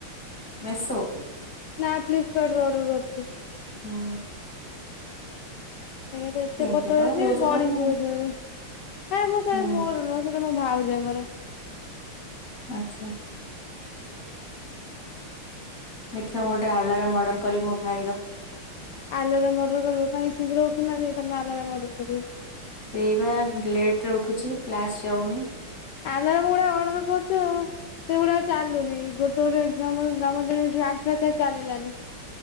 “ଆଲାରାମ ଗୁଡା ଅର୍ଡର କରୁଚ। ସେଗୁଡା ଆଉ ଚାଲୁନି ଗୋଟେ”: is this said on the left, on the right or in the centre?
Left